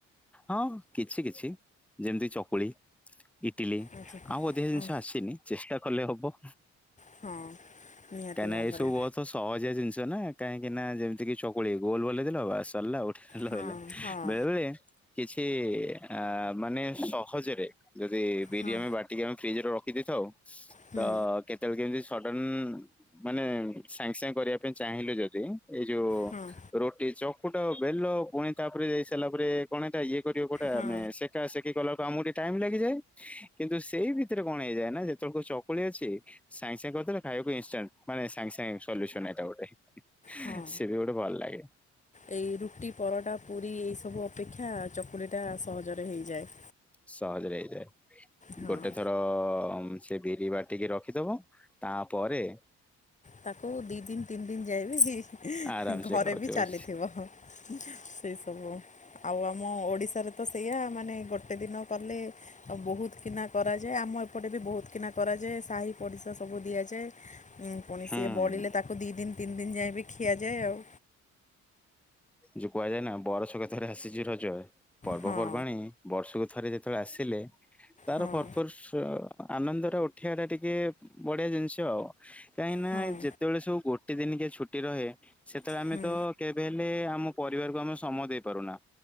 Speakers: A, in the centre; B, on the left (about 25°).
A: ହଁ କିଛି କିଛି ଯେମିତି ଚକୁଳି ଇଟିଲି
B: ଆଚ୍ଛା
A: ଆଉ ଅଧିକ ଜିନିଷ ଆସିନି ଚେଷ୍ଟା କଲେ ହବ।
B: ହଁ ନିହାତି
A: କାହିଁକିନା
B: ଭାବରେ
A: ଏ ସବୁ ବହୁତ ସହଜିଆ ଜିନିଷ ନା କାହିଁକି ନା ଯେମିତି କି ଚକୁଳି ଗୋଲ ବୁଲେଇଦେଲ ବାସ ସିରିଲା। ଲହିଲା
B: ହଁ ହଁ
A: ବେଳେ ବେଳେ କିଛି ଆ ମାନେ ସହଜରେ ଯଦି ବିରି
B: ହଁ
A: ଆମେ ବାଟିକି ଆମେ ଫ୍ରିଜ ରେ ରଖିଦେଇଥାଉ
B: ହୁଁ
A: ତ କେତେବେଳେ କେମିତି ସଡନ ମାନେ ସାଙ୍ଗେ ସାଙ୍ଗେ କରିବା ପାଇଁ ଚାହିଁଲୁ ଯଦି ଏଇ ଯୋଉ
B: ହଁ
A: ରୁଟି ଚପ କୋଟ ବେଲ ପୁଣି ତା ଉପରେ ଦେଇ ସାରିଲା ପରେ ହେଇଟା ଇଏ କରିବ କଉଟା
B: ହଁ
A: ଆମେ ସେ ସେକା ସେକି କଲା ବେଳକୁ ଆମକୁ ଟିକେ ଟାଇମ ଲାଗିଯାଏ କିନ୍ତୁ ସେଇ ଭିତରେ କଣ ହେଇଯାଏ ନା ଯେତେବେଳକୁ ଚକୁଳି ଅଛି ସାଙ୍ଗେ ସାଙ୍ଗେ କରିଦେଲ ଖାଇବାକୁ ଇନଷ୍ଟାଣ୍ଟ। ମାନେ ସାଙ୍ଗେ ସାଙ୍ଗେ ସଲ୍ୟୁସନ ଏଇଟା ଗୋଟେ
B: ହଁ
A: ସେ ବି ଗୋଟେ ଭଲ ଲାଗେ।
B: ଏଇ ରୁଟି ପରଟା ପୁରୀ ଏଇସବୁ ଅପେକ୍ଷା ଚକୁଳିଟା ସହଜରେ ହେଇଯାଏ।
A: ସହଜ ରେ ହେଇଯାଏ।
B: ହଁ
A: ଗୋଟେ ଥର ଉଁ ସେ ବିରି ବାଟିକି ରଖିଦବ ତାପରେ
B: ତାକୁ ଦି ଦିନି ତିନି ଦିନ ଯାଏବି
A: ଆରାମସେ
B: ଘରେ
A: ଖାଉଛ
B: ବି
A: ହୁଁ
B: ଚାଲିଥିବ। ସେଇ ସବୁ। ଆଉ ଆମ ଓଡ଼ିଶାରେ ତ ସେଇୟା ମାନେ ଗୋଟେ ଦିନ କଲେ ଆଉ ବୋହୁତ କିନା କରାଯାଏ ଆମ ଏପଟେ ବି ବୋହୁତ କିନା କରାଯାଏ ସାହି ପଡ଼ିଶା ସବୁ ଦିଆଯାଏ। ଉଁ ପୁଣି
A: ହୁଁ।
B: ସିଏ ବଳିଲେ ତାକୁ ଦିଇ ଦିନ ତିନି ଦିନ ଯାଏ ବି ଖିଆଯାଏ ଆଉ।
A: ଯୋଉ କୁହାଯାଏ ନା ବରସ କେ ଥରେ ଆସିଚି ରଜ ପର୍ବପର୍ବାଣୀ
B: ହଁ
A: ବର୍ଷକୁ ଥରେ ଯେତେବେଳେ ଆସିଲେ। ତାର
B: ହଁ
A: ଭରପୁର ସ ଆନନ୍ଦ ଟା ଉଠେଇବା ଟା ଟିକେ ବଢିଆ ଜିନିଷ ଆଉ। କାହିଁକି ନା
B: ହଁ
A: ଯେତେବେଳେ ସବୁ ଗୋଟେ ଦିନି କିଏ ଛୁଟି ରହେ ସେତେବେଳେ ଆମେ
B: ହୁଁ
A: ତ କେ କେବେହେଲେ ଆମ ପରିବାରକୁ ଆମେ ସମୟ ଦେଇ ପାରୁନା